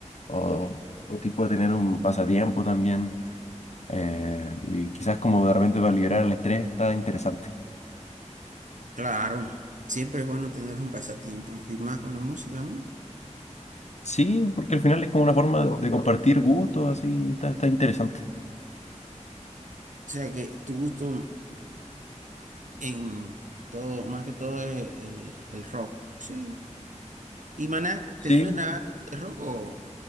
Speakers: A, on the left; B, on the right.
A: o, o tipo de tener un pasatiempo también. eh, y quizás como de repente para liberar el estrés está interesante.
B: claro, siempre es bueno tener un pasatiempo y más con la música, ¿no?
A: Sí, porque al final es como una forma de compartir gustos, así está, está interesante.
B: O sea que tu gusto en todo, más que todo es el, el rock, sí. ¿Y Maná,
A: Sí,
B: te suena algo de rock o,